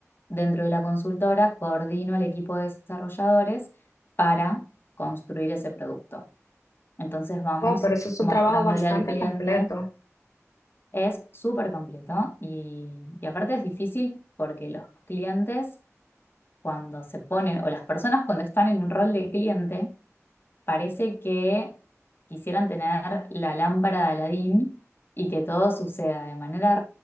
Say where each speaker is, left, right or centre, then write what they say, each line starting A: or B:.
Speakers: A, on the left; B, on the left.
A: dentro de la consultora, coordino al equipo de desarrolladores para construir ese producto. Entonces vamos
B: Wow, pero eso es
A: mostrándole
B: un trabajo bastante
A: al cliente,
B: completo.
A: es súper completo y, y aparte es difícil porque los clientes cuando se ponen, o las personas cuando están en un rol de cliente, parece que quisieran tener la lámpara de Aladín y que todo suceda de manera